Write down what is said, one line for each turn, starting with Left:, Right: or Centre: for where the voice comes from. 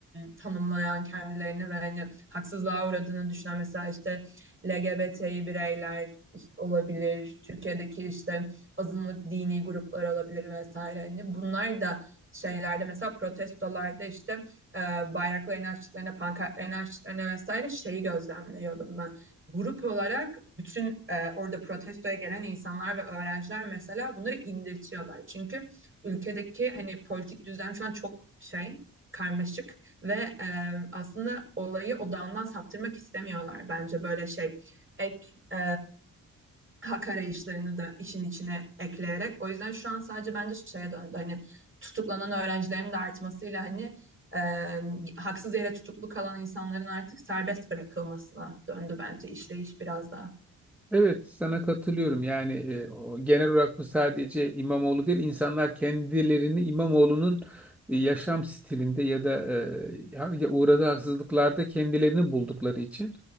Right: tanımlayan kendilerini ve hani haksızlığa uğradığını düşünen mesela işte LGBT'yi bireyler işte olabilir, Türkiye'deki işte azınlık dini gruplar olabilir vesaire. Hani bunlar da şeylerde mesela protestolarda işte e, bayraklarını açtıklarına, pankartlarını açtıklarına vesaire şeyi gözlemliyordum ben. Grup olarak bütün e, orada protestoya gelen insanlar ve öğrenciler mesela bunları indirtiyorlar. Çünkü ülkedeki hani politik düzen şu an çok şey karmaşık ve e, aslında olayı odağından saptırmak istemiyorlar bence böyle şey ek e, hak arayışlarını da işin içine ekleyerek. O yüzden şu an sadece bence şeye döndü. Hani tutuklanan öğrencilerin de artmasıyla hani e, haksız yere tutuklu kalan insanların artık serbest bırakılmasına döndü bence işleyiş biraz daha.
Centre: Evet, sana katılıyorum. Yani e, o, genel olarak bu sadece İmamoğlu değil, insanlar kendilerini İmamoğlu'nun e, yaşam stilinde ya da e, ha- ya uğradığı haksızlıklarda kendilerini buldukları için